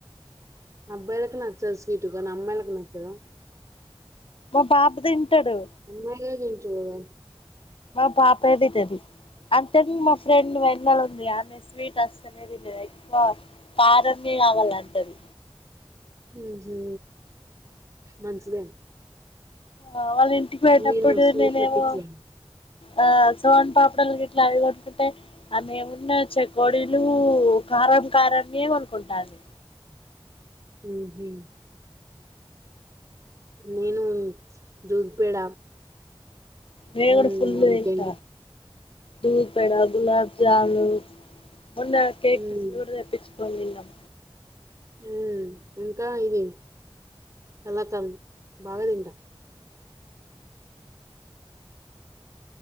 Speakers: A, on the right; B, on the left.
A: అబ్బాయిలకు నచ్చదు స్వీటు కానీ అమ్మాయిలకు నచ్చద
B: మా బాబు తింటడు
A: అమ్మాయిలే తింటారు కదా
B: మా పాప తింటది అంతే మా ఫ్రెండ్ <unintelligible> ఉంది ఆమె స్వీట్ అస్సలే తినదు ఎక్కువ కారం ది కావాల్ల అంటది
A: ఊహు మంచిదే
B: ఆ వాళ్ళ ఇంటికి పోయినప్పుడు
A: నేను స్వీట్ల
B: నేనేమో
A: పిచ్చిదాన్ని
B: ఆ సోన్ పాపడాలు గిట్ల అవి కొనుక్కుంటే ఆమె ముందే చెకోడీలు కారం కారాన్ని వే కొనుకుంటంది
A: ఊహు నేను దూద్ పేడ
B: నేను
A: ఉమ్
B: కూడా ఫుల్ తింట
A: ఇంకేంటి
B: దూద్ పేడ గులాబ్ జామున్ మొన్న కేక్
A: ఉమ్
B: పీసెస్ కూడ తెప్పించుకోని తిన్నాం
A: ఉ ఇంకా ఇది కలాకండ్ బాగా తింట